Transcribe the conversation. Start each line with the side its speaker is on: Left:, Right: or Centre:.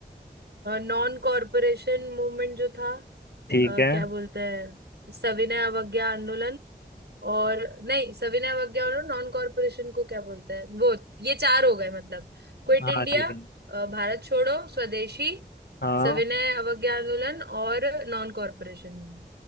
Right: नॉन कॉरपोरेशन मूवमेंट जो था
Left: ठीक
Right: अ,
Left: है
Right: क्या बोलते हैं सविनय अवज्ञा आंदोलन और नहीं सविनय अवज्ञा और नॉन कॉरपोरेशन को क्या बोलते हैं वो ये चार हो गए मतलब Quit
Left: हाँ
Right: India
Left: ठीक है
Right: अ, भारत छोड़ो स्वदेशी
Left: हाँ
Right: सविनय अवज्ञा आंदोलन और नॉन कॉरपोरेशन मूवमेंट